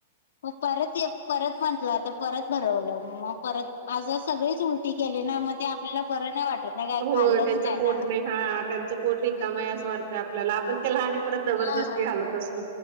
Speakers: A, on the left; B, on the right.
A: हो परत परत म्हटलं आता परत भरवलं मग परत असं सगळीच उल ी केली ना मग ते आपल्याला बरं नाही वाटत नाही काही
B: हो
A: खाल्लंच
B: त्यांच
A: नाही
B: पोट
A: ना
B: हा त्यांचं पोट रिकाम आहे असं वाटतंय आपल्याला आपण ते लहान परत जबरदस्ती
A: हा.
B: हालत असतो